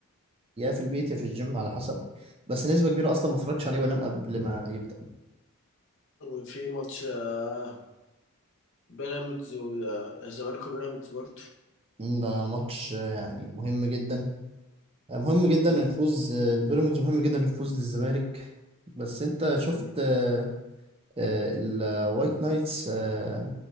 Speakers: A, on the right; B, on the left.
A: يا في البيت يا في الجيم على حسب بس نسبه كبيره اصلا ما اتفرجش عليه وانام قبل ما يبدا
B: وفي ماتش آه، بيراميدز والزمالك وبيراميدز برضه
A: مم، ده ماتش آه، يعني مهم جدا مهم جدا
B: مم،
A: الفوز البيراميدز مهم جدا الفوز للزمالك بس انت شفت
B: مم.
A: آه، آه، الوايت نايتس آه،